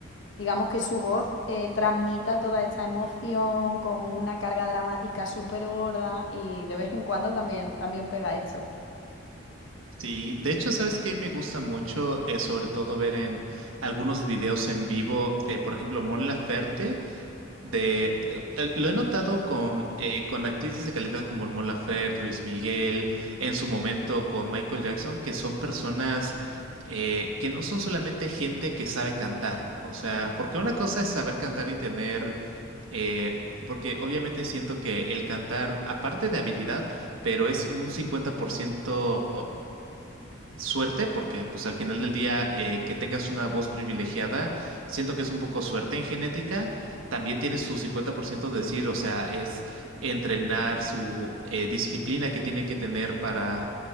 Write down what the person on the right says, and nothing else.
sí. De hecho, ¿sabes qué me gusta mucho? Eh, sobre todo ver en algunos videos en vivo, eh, por ejemplo, Mon Laferte. De, eh, lo he notado con, eh, con artistas de calidad como Mon Laferte, Luis Miguel, en su momento con Michael Jackson, que son personas eh, que no son solamente gente que sabe cantar. O sea, porque una cosa es saber cantar y tener eh, porque obviamente siento que el cantar, aparte de habilidad, pero es un 50% suerte, porque pues al final del día eh, que tengas una voz privilegiada, siento que es un poco suerte en genética, también tiene su 50% de decir, o sea, es entrenar su eh, disciplina que tiene que tener para